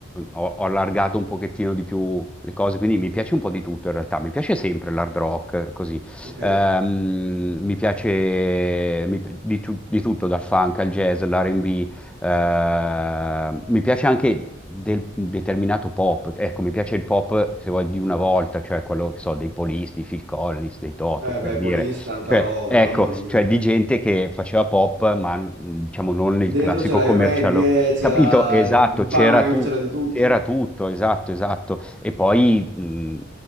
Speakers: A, in the centre; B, on the right.
A: ho, ho allargato un pochettino di più le cose, quindi mi piace un po' di tutto in realtà. Mi piace sempre l'hard rock, così.
B: Ok.
A: Ehm,
B: Eh
A: mi piace mi pi- di, tu- di tutto, dal funk al jazz, all'R&B, eh, mi piace anche del determinato pop, ecco, mi piace il pop, se vuoi, di una volta, cioè quello, che so, dei Police, dei Phil Collins, dei Toto, per
B: beh, i
A: dire.
B: Police, tanta
A: Cioè,
B: roba,
A: ecco,
B: mamma mia.
A: cioè di gente che faceva pop, ma mm, diciamo non
B: Dentro
A: il classico
B: c'era
A: commerciale
B: il reggae, c'era
A: Capito? Esatto,
B: il
A: c'era
B: punk,
A: tu-
B: c'era di tutto.
A: c'era tutto, esatto, esatto. E poi mh,